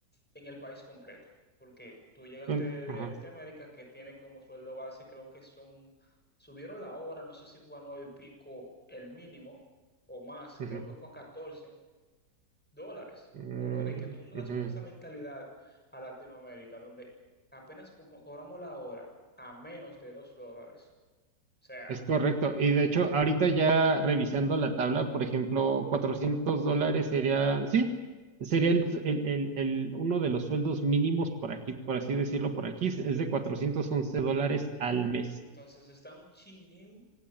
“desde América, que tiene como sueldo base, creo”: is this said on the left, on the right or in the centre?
Centre